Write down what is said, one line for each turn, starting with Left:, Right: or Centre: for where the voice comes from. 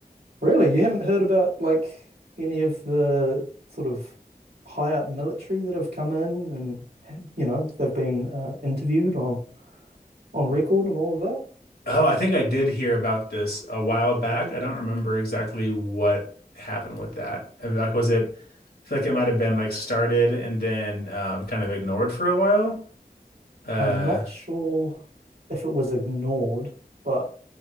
Right: Really? You haven't heard about like any of the sort of high up military that have come in and had- you know, they've been uh, interviewed on on record and all of that?
Left: Oh, I think I did hear about this a while back. I don't remember exactly what happened with that. I mean, like, was it? I feel like it might have been like started and then um, kind of ignored for a while. Uh,
Right: I'm not sure if it was ignored, but